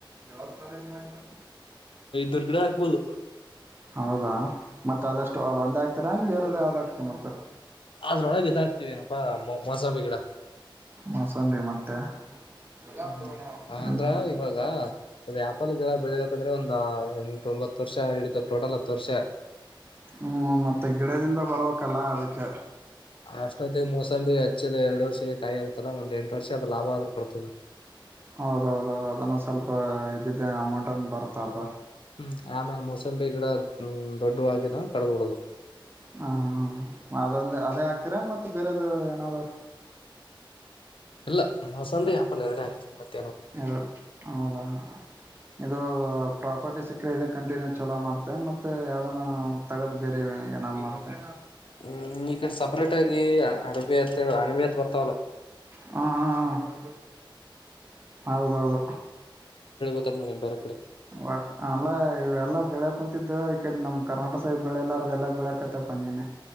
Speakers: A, on the right; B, on the left.
A: ಯಾವಾಗ <unintelligible>
B: ದುರ್ಗಾಾಗ ಪೂಲ್
A: ಹೌದಾ ಮತ್ತತ್ ಅದಷ್ಟು ಅದ ಒಂದೇ ಆಗ್ತರಾ ಬೇರೆದ ಯಾವ್ದ್ ಆಗ್ತಿ ಮತ್ತತ್
B: ಅದ್ರೊಳಗೆ ಇದಾ್ತೀವಿೇನಪ್ಪಾ ಅಮ್ಮ ಹಸ ಬೇಗಡಾ
A: ಮೋಸಬಿ ಮತ್ತೆ ಹ್ಮ
B: ಹ್ಮ್ ಅಂದ್ರ ಇವಾಗ
A: <unintelligible>
B: ಅದ ಆ್ಯಪಲ್ಗಳ ಬೆಳಗದಂದ್ರೆ ಒಂದ ಎಂಟೊಂಬತ್ತು ವರ್ಷ ಇಡಿತ ಟೋಟಲ್ ಹತ್ತು ವರ್ಷ
A: ಹ್ಮ್ ಮತ್ತೆ ಗಿಡದಿಂದ ಬರ್ಬೇಕಲ್ಲ ಅದಕ್ಕೆ
B: ಅಷ್ಟೊ್ದ ಮೋಸಂಬಿ ಹಚ್ಚಿದೆ ಎರಡು ವರ್ಷಕ್ಕೆ ಕಾಯಿ ಆಗ್ತಲ್ಲ ಒಂದ್ ಎಂಟು ವರ್ಷ ಅದ ಲಾಭ ಆದ್ರೂ ಕೊಡ್ತದೆ
A: ಹೌದೌದ ಅದನ್ನ ಸ್ವಲ್ಪ ಇದಿದ್ದ ಅಮೌಂಟ್ ಅನ್ ಬರ್ತಾರದಾ
B: ಹ್ಮ ಆಮೇಲೆ ಮೊಸಂಬಿ ಗಿಡ್ ದೊಡ್ಡವಿದ ಕಡ್ದ್ ಬಿಡದು
A: ಹ್ಮ ಅದೊಂದು ಅದೇ ಆಕ್ತೀರ ಮತ್ತ ಬೇರೆದು ಏನಾದ್ರು
B: ಇಲ್ಲ ಮೋಸತಂಬಿ ಯಾಪಲ್ ಎರಡೆ ಆಗ್ತದೆತ್ತೆ
A: ಇ ಹೌದಾ ಇದು ಪ್ರಾಪರ್ಟಿ ಸಿ ್ರ ಕಂಟಿನ್ಯೂ ಚಲೋ ಮಾಡ್ತೆ ಮೆ ಯಾವ್ದಾನ ತಗೋದು್ ಬೇರೆ ಏನಾದ್ ಮಾಡ್ತೆ
B: ಹ್ಮ್ ಈ ಕಡೆ ಸಪ್ರೇಟ್ ಆಗಿ ಅಡಬೆ ಹಾಣಿ ಬಿಯತ್ ಬರ್ತ ಅವಲ್ಲ
A: ಹಾ ಹಾ ಹೌದೌದು
B: ಮಾಡೆ ಬರ ಕಡೆ
A: ಒ ಅಲ್ಲ ಇ ಎಲ್ಲ ಬೆಳಕ್ ಕುಂತಿದ್ದು ಈ ಕಡೆ ನಮ್ ಕರ್ನಾಟಕ ಸೈ ಬೆಳೆಲ್ಲಾರ ಎಲ್ಲ ಬೆಳ್ಯಕತಪ್ಪ ನೀನ